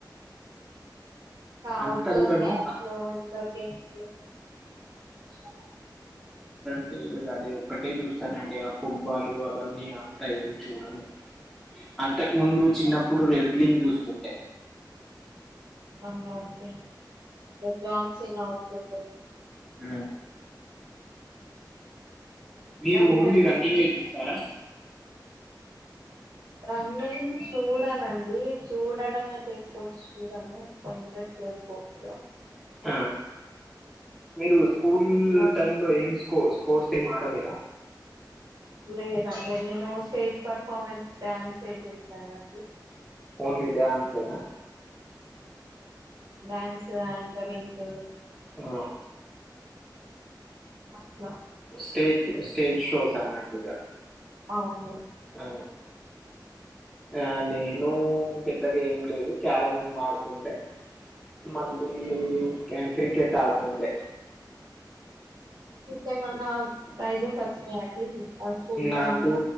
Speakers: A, on the right; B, in the centre.
A: ఇంకా అఔట్డోర్
B: అంతా కూడాను
A: గేమ్స్ లో ఇండోర్ గేమ్స్ లో ఏమనిస్తావా
B: అ ఇద ఒకటే చూస్తానండి ఆ ఫుట్బాలు అవన్నీ అంత ఏమి చూడను అంత ముందు చిన్నప్పుడు విజలింగ్ చూస్తు తుంటే
A: ఆహా ఒకే జాగ్సేన ఉంటుంది
B: అ మీరు
A: డబ్ల్యూడబ్ల్యూ
B: ఓన్లీ రన్నింగే చూస్తారా
A: రన్నింగ్ చూడనండి చూడడం అయితే స్పోర్ట్స్ చూడను ఎక్కువ ఇంట్రెస్ట్ స్పోర్ట్స్
B: ఆ మీరు స్కూల్
A: ఇట్లా
B: టైమ్ లో ఎం స్కోస్ స్పోర్ట్స్ ఏం ఆడలేర
A: లేదండి నేను స్టేజ్ పర్ఫార్మెన్స్ డ్యాన్సే చేశానండి
B: ఓన్లీ డాన్స్ ఏనా
A: డాన్స్ యాంకరింగ్
B: ఆ,
A: అ
B: స్టేజ్ స్టేజ్ షోస్ అన్నట్టుగా
A: అవును
B: అ ఆ నేను పెద్ద గ ఏమ్ లేదు క్యారంమ్ ఆడుతుండే మళ్ళీ క్రికెట్ ఆడుతుండే
A: మీకేమన్నా ప్రైజెస్ వచ్చినాయండి ఆ స్కూల్
B: నాకు
A: టైమ్ లో